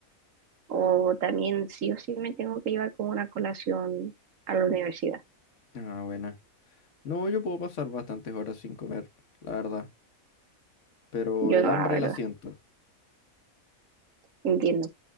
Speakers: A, on the right; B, on the left.
A: O también sí o sí me tengo que llevar como una colación a la universidad.
B: Ah, buena. No, yo puedo pasar bastantes horas sin comer, la verdad, pero
A: Yo
B: el
A: no,
B: hambre
A: la verdad,
B: la siento.
A: entiendo.